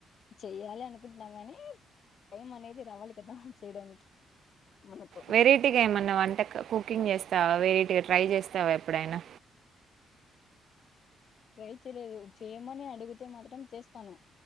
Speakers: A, on the left; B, on the right.
A: చెయ్యాలి అనుకుంటున్నా గానీ టైం అనేది రావాలి కదా మనం చేయడానికి మనకు
B: వెరైటీగా ఏమన్నా వంట కుకింగ్ చేస్తావా వెరైటీగా ట్రై చేస్తావా ఎప్పుడైనా
A: ట్రై చేయలేదు చేయమని అడిగితే మాత్రం చేస్తాను